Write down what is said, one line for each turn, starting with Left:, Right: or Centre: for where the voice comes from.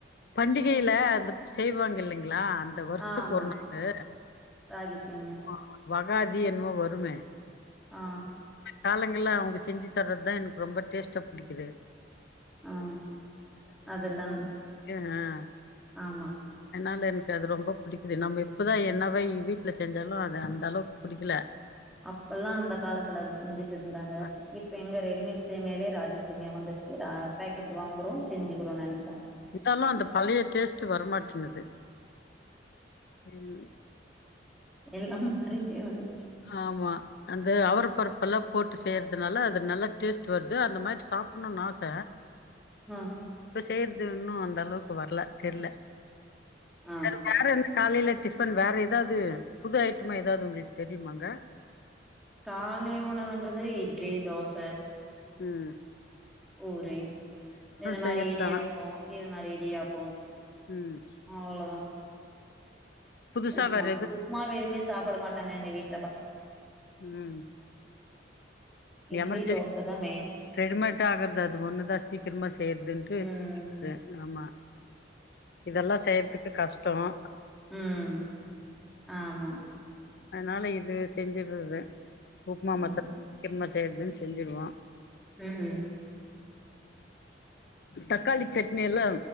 Left: பண்டிகையில அதுப் செய்வாங்க இல்லைங்களா அந்த வருஷத்துக்கு
Centre: ஆமா
Left: ஒரு நாளு
Centre: ராகி சேமியா
Left: ஆ வகாதி என்னமோ வருமே
Centre: ஆ
Left: காலங்கள்லா அவுங்க செஞ்சு தர்றதுதா எனக்கு ரொம்ப டேஸ்ட்டா புடிக்குது
Centre: அ அதெல்லா
Left: அ
Centre: ஆமா
Left: என்னால எனக்கு அது ரொம்ப பிடிக்குது நம்ம இப்பதா என்னவ வீட்ல செஞ்சாலு அது அந்த அளவுக்கு பிடிக்குல
Centre: அப்பல்லா அந்த காலத்துல அது செஞ்சுட்டு இருந்தாங்க
Left: அ
Centre: இப்ப எங்க ரெடிமேட்ஸ் சேமியாவே ராகிஸ் சேமியா வந்துருச்சு ரா பேக்கெட்டு வாங்குறோ செஞ்சி க்குறோ நெனிக்
Left: இர்ந்தாலு அந்த பழய டேஸ்ட்டு வரமாட்டுன்னுது ம்
Centre: எல்லாமே மாறிட்டே வந்து
Left: ஆமா அந்த அவரப்பருப்பெல்லா போட்டு செய்யறதுனால அது நல்லா டேஸ்ட் வர்து அந்த மாரி சாப்ணோனு ஆச
Centre: அ
Left: செய்றது இன்னோ அந்த அளவுக்கு வர்ல தெர்ல
Centre: ஆ
Left: சரி வேற என்ன காலைல டிஃபன் வேற எதாவது புது ஐட்டமா எதாவது உங்களுக் தெரியுமாங்க
Centre: காலை உணவுன்றது இட்லி தோச
Left: உம்
Centre: பூரி இது மாரி
Left: செய்யறதா
Centre: இடியாப்போ இது மாரி இடியாப்போ
Left: ம்
Centre: அவ்ளோதா
Left: புதுசா
Centre: உப்மா
Left: வேற
Centre: உப்மாவ விரும்பி சாப்ட மாட்டாங்க எங்க வீட்
Left: உம்
Centre: இட்லி
Left: எமர்ஜெர்க்
Centre: தோச தா மெயின்
Left: ரெடிமேட்டா ஆகுறது அது ஒண்ணு தான் சீக்கிரமா செய்றதுன்ட்டு
Centre: ம்
Left: ஆமா இதெல்லா செய்யறதுக்கு கஷ்டோம்
Centre: ம் ஆமா
Left: அதனால இது செஞ்சிடுறது உப்மா மாத்ற
Centre: ம்
Left: <unintelligible> கேக்குதுன்னு செஞ்சுடுவோ
Centre: ம்
Left: தக்காளி சட்னி எல்லா